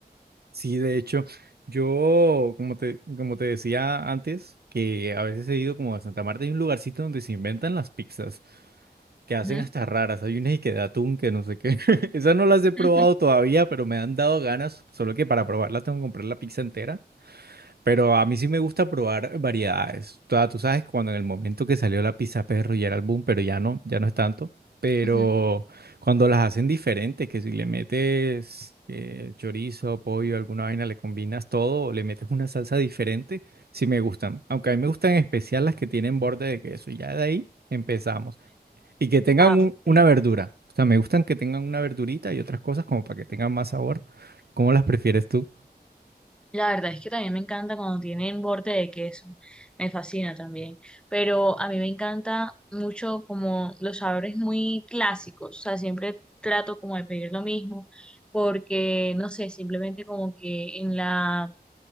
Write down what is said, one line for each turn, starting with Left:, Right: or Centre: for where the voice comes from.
Right: Sí, de hecho, yo, como te, como te decía antes, que a veces he ido como a Santa Marta, hay un lugarcito donde se inventan las pizzas, que hacen
Centre: Ujú,
Right: hasta raras, hay unas y que de atún, que no sé qué. <laughs> Esas no las he probado
Centre: ujú.
Right: todavía, pero me han dado ganas, solo que para probarla tengo que comprar la pizza entera. Pero a mí sí me gusta probar variedades. O tú sabes, cuando en el momento que salió la pizza perro ya era el boom, pero ya no, ya no es tanto. Pero
Centre: ujú.
Right: cuando las hacen diferentes, que si le metes eh, chorizo, pollo, alguna vaina, le combinas todo, o le metes una salsa diferente, sí me gustan. Aunque a mí me gustan en especial las que tienen borde de queso. Ya de ahí empezamos. Y que tengan
Centre: Ah,
Right: un-
Centre: ok.
Right: una verdura. O sea, me gustan que tengan una verdurita y otras cosas como para que tengan más sabor. ¿Cómo las prefieres tú?
Centre: La verdad es que también me encanta cuando tienen borde de queso. Me fascina también. Pero a mí me encanta mucho como los sabores muy clásicos. O sea, siempre trato como de pedir lo mismo porque, no sé, simplemente como que en la